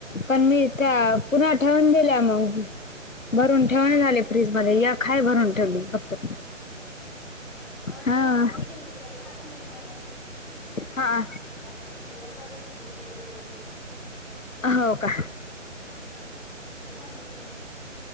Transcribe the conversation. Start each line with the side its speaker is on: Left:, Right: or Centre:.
Left: पण मी
Centre: हम्म हम्म
Left: त्या पुन्हा ठेवून दिल्या मग, भरून ठेवण
Centre: हम्म
Left: आले फ्रीजमध्ये. एक हाय भरून ठेवली फक्त.
Centre: चवाळ्याची
Left: हा
Centre: भाजी केली आहे, काही खात नाही म्हणे. मग
Left: हा
Centre: मग हिला पनीरची भुर्जी दिली करून.
Left: हो का
Centre: हम्म, ते खाल्ली तिनं.